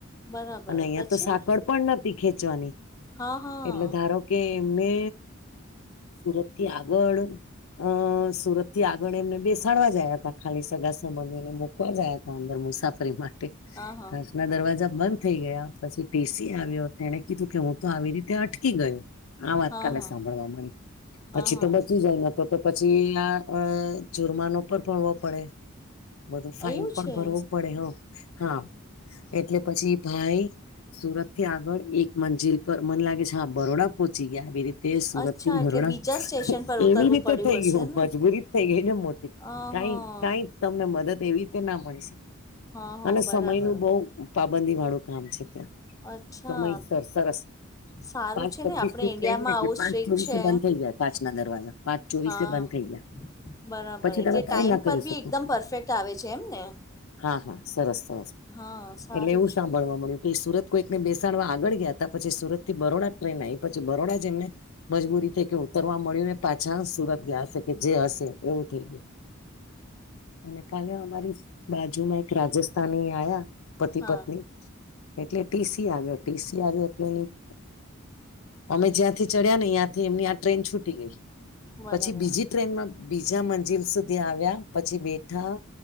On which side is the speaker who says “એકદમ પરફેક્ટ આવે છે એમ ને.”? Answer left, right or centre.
Left